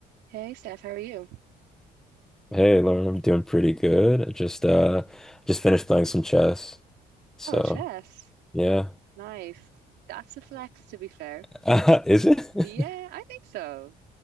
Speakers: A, on the right; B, in the centre.
A: Hey Steph, how are you?
B: Hey, Lauren, I'm doing pretty good. I just uh just finished playing some chess. So,
A: Oh, chess.
B: yeah. <laughs>
A: Nice. That's a flex, to be fair.
B: Uh, is it? <laughs>
A: Yeah, I think so.